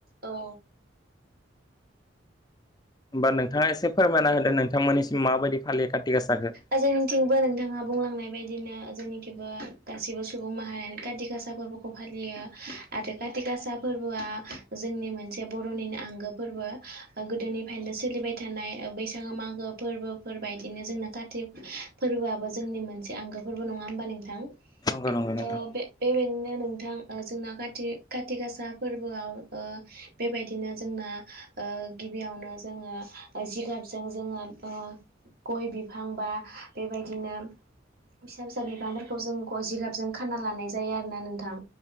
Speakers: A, on the right (about 55°); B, on the left (about 20°).
A: औ
B: होमबा नोंथाङा एसे फोरमायना होदो नोंथांमोननिसिम माबायदि फालियो काति गासाखौ
A: औ जोंनिथिंबो नोंथाङा बुंलांनाय बायदिनो जोंनि खैबो गासिबो सुबुं माहारियानो काति गासा फोरबोखौ फालियो आरो काथि गासा फोरबोआ आ जोंनि मोनसे बर'निनो आंगो फोरबो गोदोनिफ्रायनो सोलिबाय थानाय बैसागो मागो फोरबो फोरबायदिनो जोंना कातिक फोरबोआबो जोंनि मोनसे आंगो फोरबो नङा होमबा नोंथां
B: नंगौ नंगौ नोंथां
A: आ बे बे बें नो नोंथां ओ जोंना खाथि खाथि गासा फोरबोआव ओ बेबायदिनो जोंना ओ गिबियावनो जोङो जिगाबजों जोङो ओ गय बिफां बा बेबायदिनो फिसा फिसा बिफांफोरखौ जों ग जिगाब जों खाना लानाय जायो आरोना नोंथां